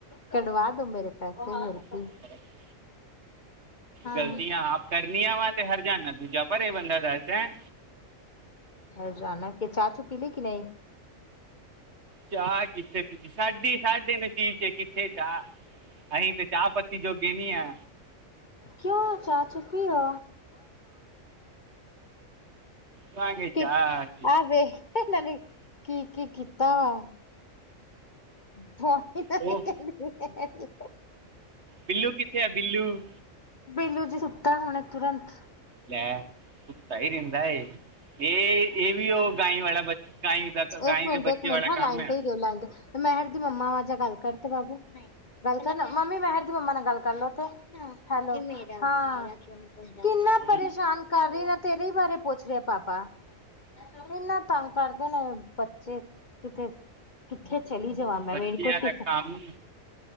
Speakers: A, on the left; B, on the right.
A: ਕਢਵਾ ਦੋ ਮੇਰੇ ਪੈਸੇ
B: <unintelligible>
A: ਕੀ ਹਾਂ
B: ਗ਼ਲਤੀਆਂ ਆਪ ਕਰਨੀਆਂ ਵਾ ਤੇ ਹਰਜ਼ਾਨਾ ਦੂਜਾ ਪਰੇ ਬੰਦਾ ਦਸ ਹੈ।
A: ਹਰਜਾਨਾ ਕੇ ਚਾਹ ਚੂ ਪੀ ਲੀ ਕਿ ਨੀ।
B: ਚਾਹ ਕਿੱਥੇ ਪੀਤੀ ਸਾਡੀ ਸਾਡੇ ਨਸੀਬ ਕਿੱਥੇ ਚਾਹ ਅਹੀ ਤੇ ਚਾਹ ਪੱਤੀ ਜੋਗੇ ਨੀ ਹੈ।
A: ਕਿਉਂ ਚਾਹ ਚ ਕੀ ਵ?
B: ਵਾਂਗੇ
A: ਕੀ
B: ਚਾਹ
A: ਆਹ ਵੇਖ ਨਾਲੇ ਕੀ-ਕੀ ਕੀਤਾ ਵਾ? <unintelligible>
B: ਉਹ
A: ਕਹਿੰਦੀ
B: ਬਿੱਲੂ ਕਿੱਥੇ ਆ ਬਿੱਲੂ?
A: ਬਿੱਲੂ ਜੀ ਸੁੱਤਾ ਹੁਣ ਤੁਰੰਤ
B: ਲੈ ਸੁੱਤਾ ਹੀ ਰਹਿੰਦਾ ਇਹ ਇਹ ਇਹ ਵੀ ਉਹ ਗਾਈ ਵਾਲਾ ਗਾਈ
A: ਇੱਕ ਮਿੰਟ
B: ਦੇ ਬੱਚੇ
A: ਇੱਕ ਮਿੰਟ
B: ਵਾਲਾ
A: ਹਾਂ
B: ਕੰਮ
A: ਲਾਈਨ
B: ਆ।
A: ਤੇ ਹੀ ਰਿਓ ਲਾਈਨ ਤੇ ਮਹਿਰ ਦੀ ਮੰਮਾ ਵਜ ਗੱਲ ਕਰ ਤੇ ਬਾਬੂ- ਗੱਲ ਕਰਨਾ ਮੰਮੀ ਮਹਿਰ ਦੀ ਮੰਮਾ ਨਾਲ ਗੱਲ ਕਰਲੋ ਤੇ- ਹੈਲੋ ਹਾਂ ਕਿੰਨਾ
B: <unintelligible>
A: ਜਾਣਕਾਰ ਰਹੀ ਨਾ ਤੇਰੇ ਹੀ ਬਾਰੇ ਪੁੱਛ ਰਹੇ ਪਾਪਾ ਇੰਨਾ ਤੰਗ ਕਰਦੇ ਨੇ ਬੱਚੇ ਕਿਤੇ ਕਿੱਥੇ ਚਲੀ ਜਾਵਾਂ ਮੈਂ
B: ਬੱਚਿਆਂ
A: ਮੇਰੇ ਕੋਲ ਟਿਕਟ
B: ਦਾ ਕੰਮ